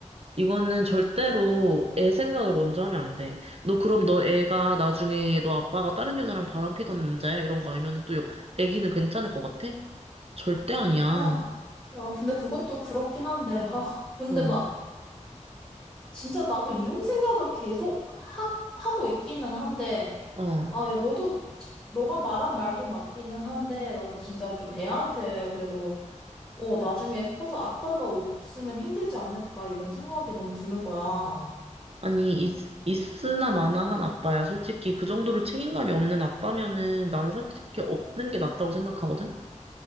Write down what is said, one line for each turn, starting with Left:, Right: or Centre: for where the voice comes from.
Right: 이거는 절대로 애 생각을 먼저 하면 안 돼. 너 그럼 너 애가 나중에 너 아빠가 다른 여자랑 바람 피던 남자야? 이런 거 알면 또 여- 애기는 괜찮을 것 같아? 절대 아니야.
Centre: 아, 야, 근데 그것도 그렇긴 한데, 아, 근데
Right: 어.
Centre: 막, 진짜 나도 이혼 생각을 계속 하, 하고 있기는 한데,
Right: 어.
Centre: 아, 야, 너도, 너가 말한 말도 맞기는 한데, 나도 진짜 좀 애한테 그래도, 어, 나중에 커서 아빠가 없으면 힘들지 않을까, 이런 생각이 너무 드는 거야.
Right: 아니, 있, 있으나 마나 한 아빠야. 솔직히 그 정도로 책임감이 없는 아빠면은 나는 솔직히 없는 게 낫다고 생각하거든?